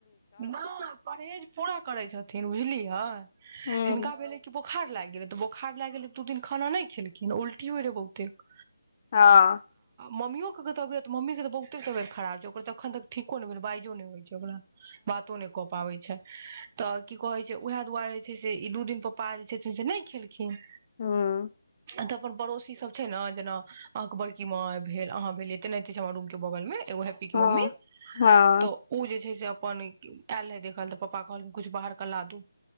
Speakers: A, on the right; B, on the left.
A: नहि परहेज पूरा करै छथिन बुझलियै। हँ
B: हँ
A: हिनका भेलै कि बहुत बोखार लाग गेलै तऽ बोखार लाग गेलै एक दू दिन खाना नहि खेलखिन उल्टी होइ रहै बहुतेक।
B: हँ
A: मम्मीयो के तबियत मम्मी के त बहुते तबियत खराब छै ओकर तऽ अखन तक ठीको नहि भेलै बाइजो नहि होइ छै ओकरा। बात नहि क पाबै छै। तऽ की कहै छै उएह दुआरे जे छै से ई दू दिन पप्पा जे छथिन से नहि खेल खिन।
B: हूँ
A: आ त अपन पड़ोसी सब छै ने जेना अहाँ के बड़की माय भेल अहाँ भेलियै तेनाहयते छै हमरा रूम के बगल मे। त ओ हैप्पी के
B: हँ
A: मम्मी
B: हँ
A: तऽ ओ जे छै से अपन आयल रहे देखल तऽ पप्पा कहलखिन किछु बाहरके ला दू